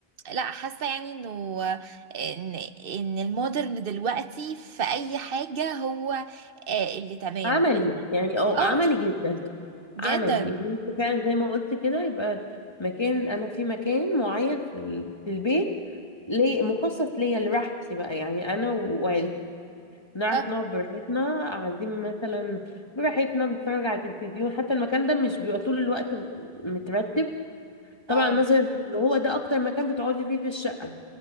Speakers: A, on the right (about 65°); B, on the left (about 25°).
A: لا حاسه يعني انه آه، ان ان المودرن دلوقتي في اي حاجه هو آه، اللي تمام
B: عملي يعني اه
A: اه
B: عملي جدا
A: جدا
B: عملي يعني انت فعلا زي ما قلت كده يبقى مكان انا في مكان معين في ال- في البيت ليه مخصص ليا لراحتي بقى يعني انا وعيلتي نعرف
A: بالظبط
B: نقعد براحتنا قاعدين مثلا براحتنا بنتفرج على التلفزيون حتى المكان ده مش بيبقى طول الوقت م- مترتب
A: اه
B: طبعا مثلا اللي هو ده اكتر مكان بتقعدي فيه في الشقة